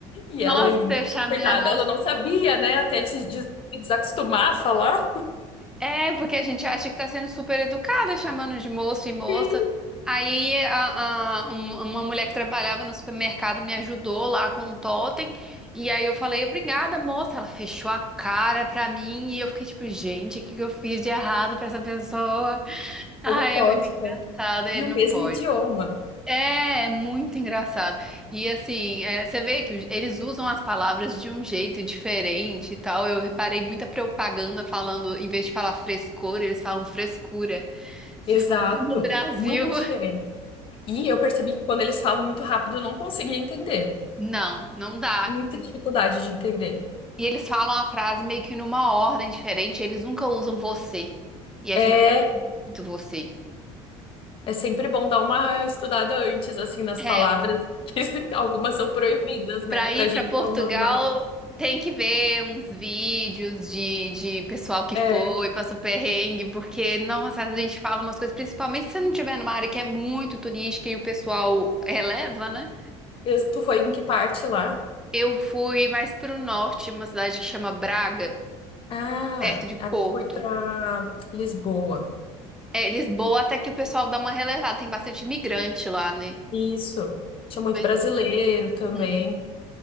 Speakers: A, on the left; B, in the centre.
A: E
B: Nossa,
A: ela,
B: eu chamei
A: coitada,
B: a moça
A: ela não sabia, né? Até de se de se desacostumar a falar.
B: É, porque a gente acha que tá sendo super educada, chamando de moço e moça.
A: Sim.
B: Aí a- a- um- uma mulher que trabalhava no supermercado me ajudou lá com um totem. E aí eu falei, obrigada, moça. Ela fechou a cara pra mim e eu fiquei tipo, gente, o que que eu fiz de errado pra essa pessoa? <laughs> Ai,
A: Como pode,
B: é muito engraçado,
A: né?
B: ele
A: E o
B: não
A: mesmo
B: pode.
A: idioma.
B: É, é muito engraçado. E assim, é, você vê que eles usam as palavras de um jeito diferente e tal. Eu reparei muita propaganda falando, em vez de falar frescor, eles falam frescura. Se
A: Exato.
B: fosse no Brasil,
A: Muita
B: <laughs>
A: diferença. E eu percebi que quando eles falam muito rápido, eu não conseguia entender.
B: não, não dá.
A: Muita dificuldade de entender.
B: E eles falam a frase meio que numa ordem diferente, eles nunca usam você. E a
A: É,
B: gente usa muito você.
A: é sempre bom dar uma estudada antes, assim, nas
B: É,
A: palavras, <laughs> que algumas são proibidas, né?
B: Para
A: Que
B: ir
A: pra
B: para
A: gente
B: Portugal,
A: é tão normal.
B: tem que ver uns vídeos de, de pessoal que
A: É.
B: foi, passou perrengue, porque, nossa, a gente fala umas coisas, principalmente se você não estiver numa área que é muito turística e o pessoal releva, né?
A: Eu- tu foi em que parte lá?
B: Eu fui mais pro norte, uma cidade que chama Braga,
A: Ah,
B: perto de
A: aí
B: Porto.
A: eu fui pra Lisboa.
B: É, Lisboa, até que o pessoal dá uma relevada, tem bastante imigrante lá, né?
A: Isso. Tinha muito
B: Pois
A: brasileiro também.
B: é.